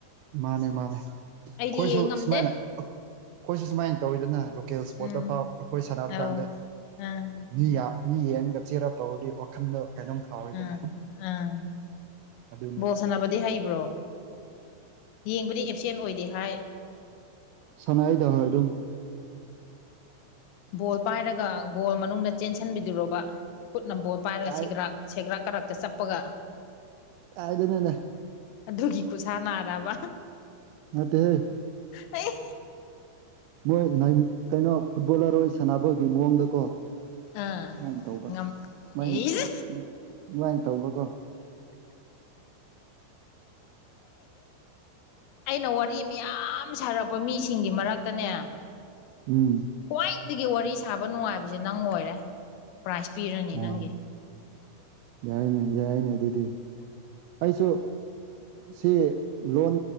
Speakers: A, on the right; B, on the left.
A: ꯃꯥꯅꯦ ꯃꯥꯅꯦ ꯑꯩꯈꯣꯏꯁꯨ
B: ꯑꯩꯗꯤ ꯌꯦꯡ ꯉꯝꯗꯦ
A: ꯁꯨꯃꯥꯏꯅ ꯑꯩꯈꯣꯏꯁꯨ ꯁꯨꯃꯥꯏꯅ ꯇꯧꯋꯤꯗꯅ ꯂꯣꯀꯦꯜ ꯏ꯭ꯁꯄꯣ꯭ꯔꯠꯇ
B: ꯎꯝ
A: ꯐꯥꯎ ꯑꯩꯈꯣꯏ ꯁꯥꯟꯅꯕ
B: ꯑꯧ
A: ꯀꯥꯟꯗ
B: ꯑꯥ
A: ꯃꯤ ꯃꯤ ꯌꯦꯡꯉꯒ ꯆꯦꯔ ꯇꯧꯔꯗꯤ ꯋꯥꯈꯜꯗ ꯀꯩꯅꯣꯝ ꯐꯥꯎꯋꯤꯗꯅ
B: ꯎꯝ ꯎꯝ
A: ꯑꯗꯨꯅꯦꯕ
B: ꯕꯣꯁꯟꯅꯅꯕꯗꯤ ꯍꯩꯕ꯭ꯔꯣ ꯌꯦꯡꯕꯗꯤ ꯑꯦꯞꯁꯦꯟ ꯑꯣꯏꯗꯦ ꯍꯥꯏ
A: ꯁꯥꯟꯅꯔꯤꯗ ꯍꯣꯏ ꯑꯗꯨꯝ
B: ꯕꯣꯜ ꯄꯥꯏꯔꯒ ꯒꯣꯜ ꯃꯅꯨꯡꯗ ꯆꯦꯟꯁꯤꯟꯕꯤꯗꯨꯣꯔꯣꯕ ꯈꯨꯠꯅ ꯕꯣꯜ ꯄꯥꯏꯔꯒ
A: ꯀꯥꯏ
B: ꯁꯤꯒ꯭ꯔꯥꯛ ꯁꯦꯒ꯭ꯔꯥꯛ ꯀꯔꯛꯇ ꯆꯞꯄꯒ
A: ꯀꯥꯏꯗꯅꯣꯅꯦ
B: ꯑꯗꯨꯒꯤ ꯈꯨꯠꯁꯥ ꯅꯥꯗꯔꯕ
A: ꯑꯠꯇ ꯍꯦ
B: ꯑꯩ
A: ꯃꯣꯏ ꯀꯩꯅꯣ ꯐꯨꯠꯕꯣꯂꯔ ꯑꯣꯏ ꯁꯥꯟꯅꯕꯣꯏꯒꯤ ꯃꯑꯣꯡꯗ ꯀꯣ
B: ꯑꯥ
A: ꯑꯗꯨꯃꯥꯏꯅ ꯇꯧꯕ
B: ꯉꯝ
A: ꯑꯗꯨꯃꯥꯏꯅ
B: ꯏꯁ
A: ꯑꯗꯨꯃꯥꯏꯅ ꯇꯧꯕ ꯀꯣ
B: ꯑꯩꯅ ꯋꯥꯔꯤ ꯃꯌꯥꯝ ꯁꯥꯔꯛꯄ ꯃꯤꯁꯤꯡꯒꯤ ꯃꯔꯛꯇꯅꯦ
A: ꯎꯝ
B: ꯈ꯭ꯋꯥꯏꯗꯒꯤ ꯋꯥꯔꯤ ꯁꯥꯕ ꯅꯨꯡꯉꯥꯏꯕꯁꯦ ꯅꯪ ꯑꯣꯏꯔꯦ ꯄ꯭ꯔꯥꯏꯖ ꯄꯤꯔꯅꯤ
A: ꯑꯣ
B: ꯅꯪꯒꯤ
A: ꯌꯥꯏꯅꯦ ꯌꯥꯏꯅꯦ ꯑꯗꯨꯗꯤ ꯑꯩꯁꯨ ꯁꯤ ꯂꯣꯟ